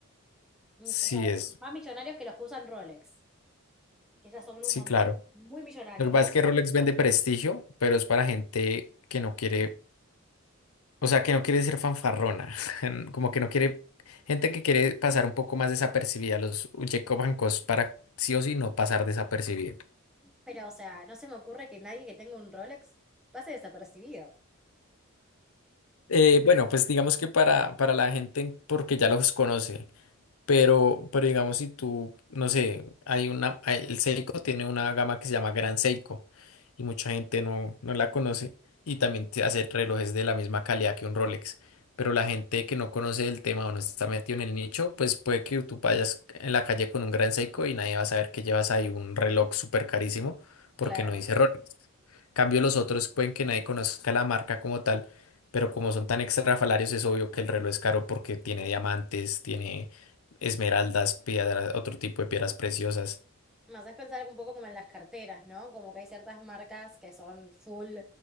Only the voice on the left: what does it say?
Sí,
es,
sí,
claro.
Lo que pasa es que Rolex vende prestigio, pero es para gente que no quiere O sea, que no quiere ser fanfarrona, <laughs> como que no quiere, gente que quiere pasar un poco más desapercibida, los Jacob Hancock para sí o sí no pasar desapercibido.
Eh, bueno, pues digamos que para, para la gente, porque ya los conoce. Pero, pero digamos, si tú, no sé, hay una, hay- el Seiko tiene una gama que se llama Gran Seiko y mucha gente no, no la conoce y también te hace relojes de la misma calidad que un Rolex. Pero la gente que no conoce el tema o no está metido en el nicho, pues puede que tú vayas en la calle con un Gran Seiko y nadie va a saber que llevas ahí un reloj súper carísimo porque
no dice Rolex cambio los otros pueden que nadie conozca la marca como tal, pero como son tan extrafalarios es obvio que el reloj es caro porque tiene diamantes, tiene esmeraldas, piedras, otro tipo de piedras preciosas.